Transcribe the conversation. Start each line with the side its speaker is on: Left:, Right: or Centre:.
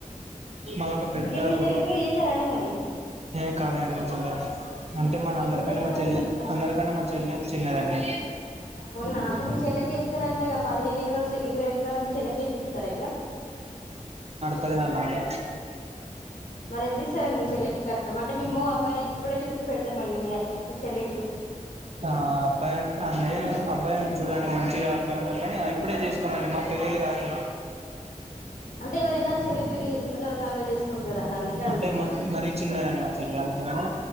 Right: మాదొక పెద్ద
Left: ఇంకేంది మీ
Right: కుటుం
Left: చెల్లి పెళ్లి చేసారా అండి మరి
Right: ఏ కాలే అండి మా చెల్లె అంటే మా అందరికంటే
Left: ఎప్పుడు చేస్తారండి
Right: మా చెల్లె అందరికంటే మా చెల్లె చిన్నదండి
Left: అవునా అంటే మీ చెల్లకే ఇస్తారంటగా పదిహేను ఎకరాలు ఇరవై ఎకరాలు చెల్లకేసిస్తార ఇగ
Right: పదినాలాలి
Left: మరెంత ఇస్తారండి మీ చెల్లెకి కట్నం అంటే మేమ్ము అబ్బాయి ఇప్పుడే చూసి పెడతం మండి మీయ మీ చెల్లెకి
Right: ఆ అబ్బాయి అంటాండి అబ్బాయుంటే చూడండి మంచిగా అబ్బాయి ఉండాలి కాని ఇప్పుడే చేసుకోమండి మా పెళ్ళిళ్లు కాలే
Left: అంటే ఎవరైనా చెల్లి పెళ్లి చేసిన తర్వాత అన్న చేసుకుంటారు కదండి అందుకే అడుగుతున్నా
Right: అంటే మరీ చిన్నదండి మా చెల్లె అందుకని